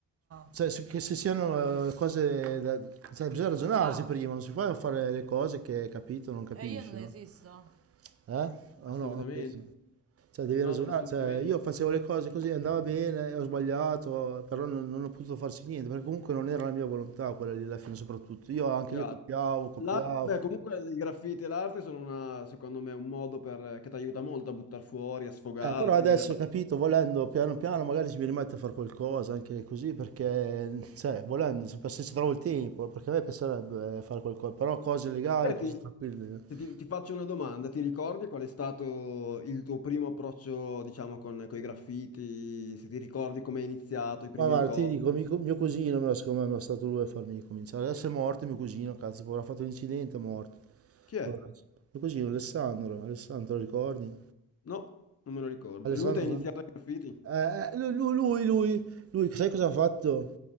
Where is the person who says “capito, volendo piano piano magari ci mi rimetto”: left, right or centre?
Right